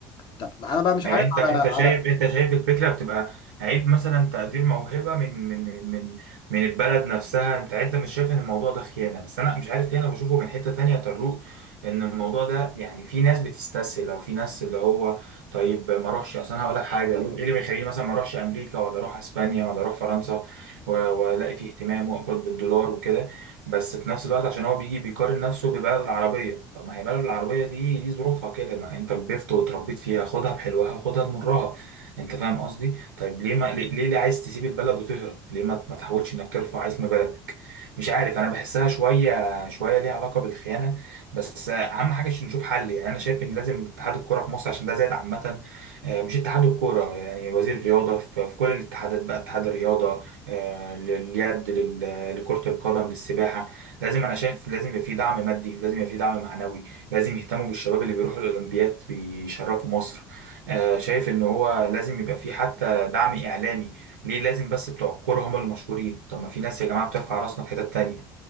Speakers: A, on the left; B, on the right.
A: طب انا بقى مش
B: يعني
A: عارف
B: انت
A: على
B: انت
A: على
B: شايف انت شايف الفكرة بتبقى عيب مثلا تقدير موهبة من من من من من البلد نفسها انت انت مش شايف ان الموضوع ده خيانة بس انا مش عارف ليه انا بشوفه من حتة تانية يا طارق ان الموضوع ده يعني في ناس بتستسهل او في ناس اللي هو طيب ما اروحش اصل انا هقول لك حاجة ايه اللي بيخليني مثلا ما اروحش امريكا ولا اروح اسبانيا ولا اروح فرنسا و- والاقي فيه اهتمام واقبض بالدولار وكده بس في نفس الوقت عشان هو بيجي بيقارن نفسه ببلد العربية طب ما هي بلد العربية دي دي ظروفها كده ما انت كبرت وتربيت فيها خدها بحلوها خدها بمرها انت فاهم قصدي طيب ليه ما ليه ليه ليه عايز تسيب البلد وتهرب ليه ما ما تحاولش انك ترفع اسم بلدك مش عارف انا بحسها شويه شويه ليها علاقه بالخيانه بس اهم حاجه عشان نشوف حل يعني انا شايف ان لازم اتحاد الكوره في مصر عشان ده زاد عامه آه، مش اتحاد الكوره يعني وزير الرياضه في في كل الاتحادات بقى اتحاد الرياضه آه، لليد لل- لكره القدم للسباحه لازم انا شايف لازم يبقى في دعم مادي لازم يبقى في دعم معنوي لازم يهتموا بالشباب اللي بيروحوا الاولمبياد بيشرفوا مصر آه، شايف ان هو لازم يبقى في حتى دعم اعلامي ليه لازم بس بتوع الكورة هم المشهورين طب ما في ناس يا جماعة بترفع راسنا في حتت تانية